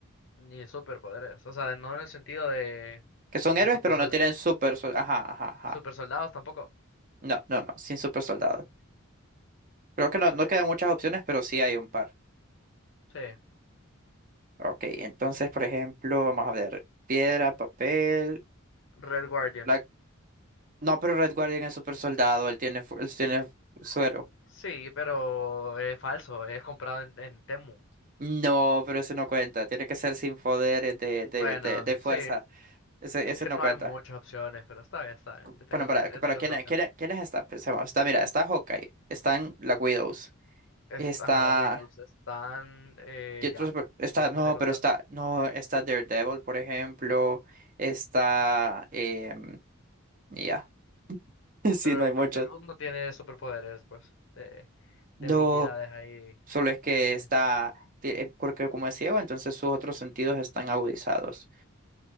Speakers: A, on the left; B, on the right.
A: Ni superpoderes. O sea, no en el sentido de,
B: Que son héroes,
A: de super
B: pero no tienen super... sol- Ajá, ajá, ajá.
A: ¿Y super soldados tampoco?
B: No, no, no, sin super soldado. Creo que no,
A: Ok,
B: no quedan muchas opciones, pero sí hay un par.
A: sí.
B: Ok, entonces, por ejemplo, vamos a ver. Piedra, papel.
A: Red Guardian.
B: Black... No, pero Red Guardian es super soldado, él tiene, fu- él tiene suero.
A: Sí, pero es falso, es comprado en, en Temu.
B: No, pero ese no cuenta. Tiene que ser sin poderes de, de,
A: Bueno,
B: de, de fuerza.
A: sí,
B: Ese,
A: es
B: ese
A: que
B: no
A: no
B: cuenta.
A: hay muchas opciones, pero está bien, está bien.
B: Cu-
A: Yo tengo
B: Bueno,
A: otra,
B: para, para
A: yo tengo
B: ¿quién,
A: otra opción.
B: quién- quiénes están? Pensemos. Está, mira, está Hawkeye. Están la Widows.
A: Es,
B: Está.
A: ajá, las Widows están, eh,
B: ¿Qué otro
A: ya,
B: super- Está.
A: haremos
B: No,
A: de contar.
B: pero está. No, está Daredevil, por ejemplo. Está. em, Ya. <laughs> Sí,
A: Pero
B: no hay mucho.
A: Red Devil no tiene superpoderes, pues, de, de
B: No,
A: habilidades ahí.
B: solo es que
A: eh,
B: está, ti- eh, porque como es ciego, entonces sus otros sentidos están agudizados.